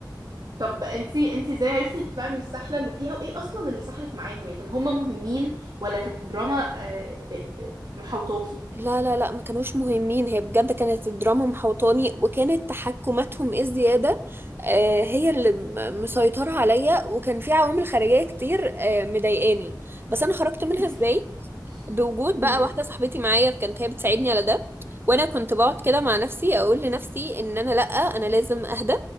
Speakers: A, on the right; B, on the right.
A: طب انتي انتي ازاي عرفتي تطلعي من السحله اللي فيها وايه اصلا اللي سحلك معاهم يعني كانوا هم مهمين ولا كانت الدراما آه، ب- ب- محوطاكي
B: لا لا لا ما كانوش مهمين هي بجد كانت الدراما محوطاني وكانت تحكماتهم الزيادة آه، هي اللي م- مسيطرة عليا وكان في عوامل خارجية كتير آه، مضايقاني بس أنا خرجت منها
A: <laughs>
B: إزاي؟ بوجود بقى
A: امم
B: واحدة صاحبتي معايا كانت هي بتساعدني على ده وانا كنت بقعد كده مع نفسي اقول لنفسي ان انا لا انا لازم اهدى